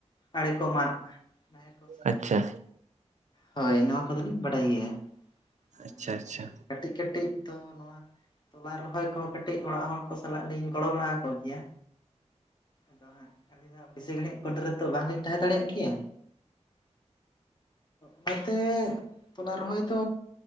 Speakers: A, on the left (about 40°); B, on the right (about 80°).
A: ᱟᱲᱮ ᱠᱚ ᱢᱟᱜ ᱱᱟᱦᱮᱞ ᱠᱚ ᱥᱤᱭᱚᱜ
B: ᱟᱪᱪᱷᱟ
A: ᱦᱳᱭ, ᱱᱚᱣᱟ ᱠᱚᱫᱚᱞᱤᱧ ᱵᱟᱰᱟᱭ ᱜᱮᱭᱟ᱾ ᱟᱨ
B: ᱟᱪᱪᱷᱟ ᱟᱪᱪᱷᱟ᱾
A: ᱠᱟᱹᱴᱤᱡ ᱠᱟᱹᱴᱤᱡ ᱫᱚ ᱱᱚᱣᱟ ᱛᱚᱞᱟ ᱨᱚᱦᱚᱭ ᱠᱚᱦᱚᱸ ᱠᱟᱴ ᱴᱤᱡ ᱚᱲᱟᱜ ᱦᱚᱲ ᱠᱚ ᱥᱟᱞᱟᱜ ᱞᱤᱧ ᱜᱚᱲᱚ ᱵᱟᱲᱟᱣᱟ ᱠᱚ ᱜᱮᱭᱟ᱾ ᱟᱫᱚ ᱦᱟᱸᱜ ᱟᱹᱞᱤᱧ ᱫᱚ ᱵᱮᱥᱤ ᱜᱷᱟᱹᱲᱤᱡ ᱯᱟᱹᱰ ᱨᱮᱛᱚ ᱵᱟᱝᱞᱤᱧ ᱛᱟᱦᱮᱸ ᱫᱟᱲᱮᱭᱟᱜ ᱠᱮᱭᱟ᱾ ᱚᱱᱟᱛᱮ ᱛᱚᱞᱟ ᱨᱚᱦᱚᱭ ᱫᱚ᱾